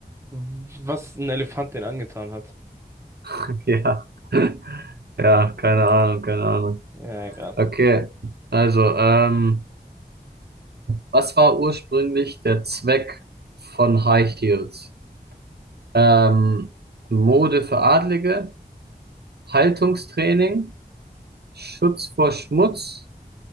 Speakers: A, on the right; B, on the right.
A: was ein Elefant den angetan hat.
B: <laughs> Ja. <laughs> Ja, keine Ahnung, keine Ahnung.
A: Ja, egal.
B: Okay. Also, ähm, was war ursprünglich der Zweck von High Heels? Ähm, Mode für Adlige, Haltungstraining, Schutz vor Schmutz